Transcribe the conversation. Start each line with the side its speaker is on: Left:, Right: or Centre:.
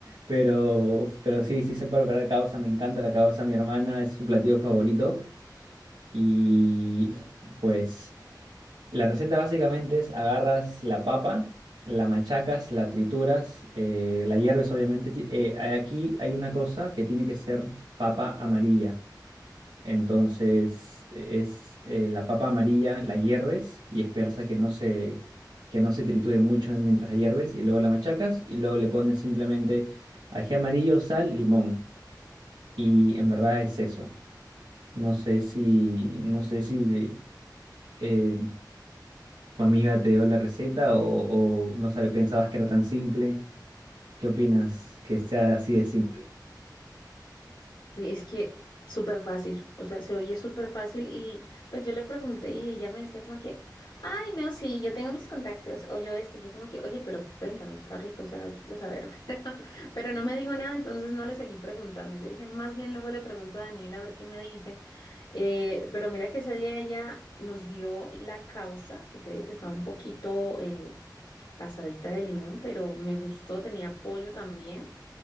Right: Pero, pero sí, sí sé preparar causa, me encanta la causa, mi hermana es su platillo favorito. Y pues. La receta básicamente es agarras la papa, la machacas, la trituras, eh, la hierves obviamente. Ti- eh, aquí hay una cosa que tiene que ser papa amarilla. Entonces es eh, la papa amarilla, la hierves y esperas a que no se, que no se triture mucho mientras la hierves y luego la machacas y luego le pones simplemente ají amarillo, sal, limón. Y en verdad es eso. No sé si, no sé si de- eh, ¿Tu amiga te dio la receta o, o no sabe, pensabas que era tan simple? ¿Qué opinas que sea así de simple?
Left: Es que súper fácil, o sea, se oye súper fácil y pues yo le pregunté y ella me decía como que, ay, no, sí, yo tengo mis contactos, o yo esto, y yo como que, oye, pero cuéntame, está rico, o sea, yo quiero saber, <laughs> pero, pero no me dijo nada, entonces no le seguí preguntando, yo dije, más bien luego le pregunto a Daniela a ver qué me dice, Eh, pero mira que ese día ella nos dio la causa, que te digo que estaba un poquito eh, pasadita de limón, pero me gustó, tenía pollo también.